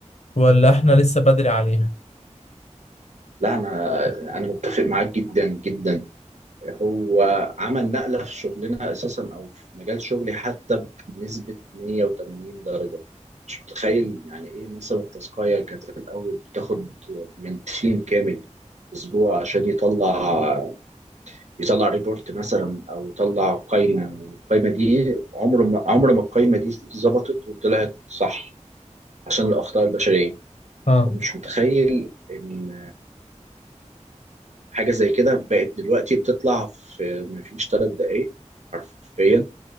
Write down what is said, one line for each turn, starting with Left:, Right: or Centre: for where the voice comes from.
Left: ولا إحنا لسه بدري عليها؟
Right: لا انا انا متفق معاك جدا جدا هو عمل نقله في شغلنا اساسا او في مجال شغلي حتى بنسبه 180 درجه مش متخيل يعني ايه مثلا التاسكايه كانت الاول بتاخد من تيم كامل اسبوع عشان يطلع يطلع ريبورت مثلا او يطلع قائمه القائمه دي عمر ما عمر ما القائمه دي ظبطت وطلعت صح عشان الاخطاء البشريه
Left: اه
Right: مش متخيل ان حاجه زي كده بقت دلوقتي بتطلع في مفيش ثلاث دقائق حرفيا